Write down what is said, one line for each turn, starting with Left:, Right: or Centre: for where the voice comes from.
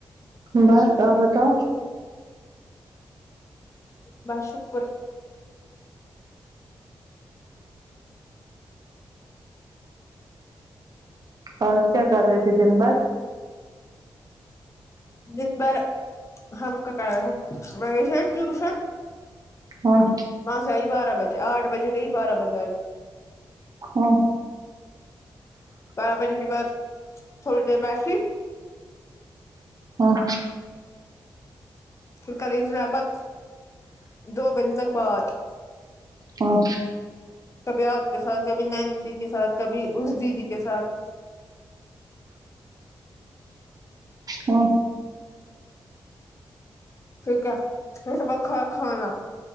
Right: بس آ بتاؤ
Left: بس شکر
Right: اور کیا کر رہے تھے دن بعد
Left: دن بر ہم کا کا مویش ہے ٹیوشن
Right: ہاں
Left: بس آئی بارہ بجے آٹھ بجے گئی بارہ بجے آئی
Right: ہاں
Left: بارہ بجے کے بعد تھوڑی دیر بیٹھی
Right: ہاں
Left: پھر کر رہی تھی لگ بھگ دو بجے تک بات
Right: ہاں
Left: کبھی آپ کے ساتھ کبھی نین جی کے ساتھ کبھی اسدی جی کے ساتھ
Right: ہاں
Left: ٹھیک ہے <unintelligible> بکھا کھانا